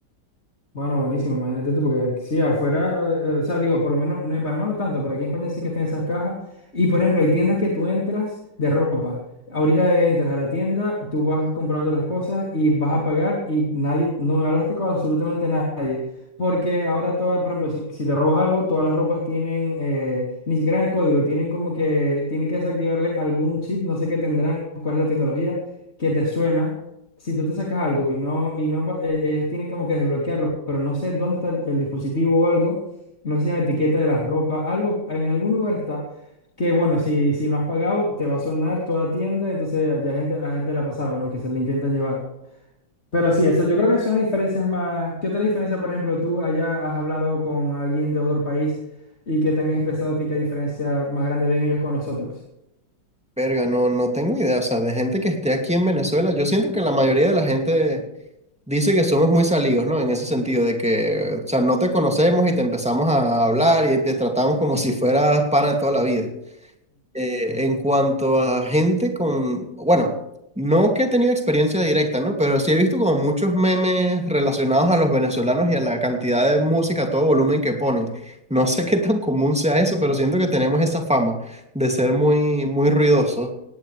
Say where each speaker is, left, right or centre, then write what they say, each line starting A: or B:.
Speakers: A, on the left (about 35°); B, in the centre.
A: Bueno, buenísimo, imagínate tú, porque sí, afuera, eh, eh, o sea, digo, por lo menos, no, en Panamá no tanto, pero aquí en España sí que están esas cajas. Y por ejemplo, hay tiendas que tú entras de ropa. Ahorita entras a la tienda, tú vas comprando las cosas y vas a pagar y nadie, no hablaste con absolutamente nadie. Porque ahora todas, por ejemplo, si, si te robas algo, todas las ropas tienen, eh, ni siquiera en el código, tienen como que, tienen que desactivarle algún chip, no sé qué tendrán, cuál es la tecnología que te suena si tú te sacas algo y no, y no, pa- eh, ellos tienen como que desbloquearlo, pero no sé dónde está el, el dispositivo o algo, no sé si en la etiqueta de la ropa, algo, en algún lugar está, que bueno, si, si no has pagado, te va a sonar toda tienda, entonces ya gente, a gente la ha pasado, ¿no? Que se la intentan llevar. Pero sí, eso, yo creo que esas diferencias más, ¿qué otra diferencia, por ejemplo, tú allá has hablado con alguien de otro país y que te han expresado a ti qué diferencia más grande ven ellos con nosotros?
B: Verga, no, no tengo idea. O sea, de gente que esté aquí en Venezuela, yo siento que la mayoría de la gente dice que somos muy salidos, ¿no? En ese sentido, de que, o sea, no te conocemos y te empezamos a hablar y te tratamos como si fueras pana de toda la vida. Eh, en cuanto a gente con, bueno, no que he tenido experiencia directa, ¿no? Pero sí he visto como muchos memes relacionados a los venezolanos y a la cantidad de música a todo volumen que ponen. No sé qué tan común sea eso, pero siento que tenemos esa fama de ser muy, muy ruidosos.